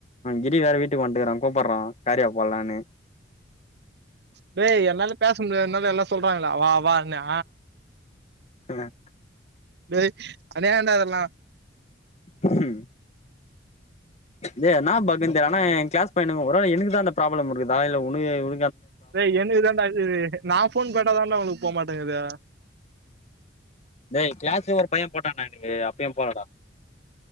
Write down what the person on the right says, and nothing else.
பேய் என்னால பேச முடிய என்னால எல்லா சொல்றாங்களா வா வா ன்னா
டேய் அனைய ஏண்ட இதெல்லா
ஏ எனகுதாண்டா இதுரு நா ஃபோன் போட்டாதான்டா உனுகு போமாட்டேங்குது